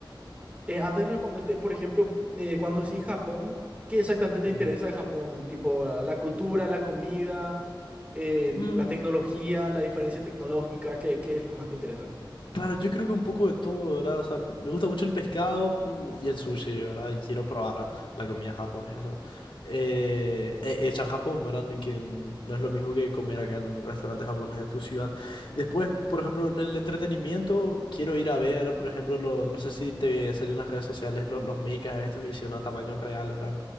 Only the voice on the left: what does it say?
Ujú.
Mm,
claro, yo creo que un poco de todo, ¿verdad? O sea, me gusta mucho el pescado y, y el sushi, ¿verdad? Y quiero probar la comida japonesa. Eh, he- hecha en Japón, ¿verdad? Ni Que en- no es lo mismo que comer acá en un restaurante japonés de tu ciudad. Después, por ejemplo, en el entretenimiento, quiero ir a ver, por ejemplo, los, no sé si te salieron en las redes sociales los, los mechas estos que hicieron a tamaño real, ¿verdad?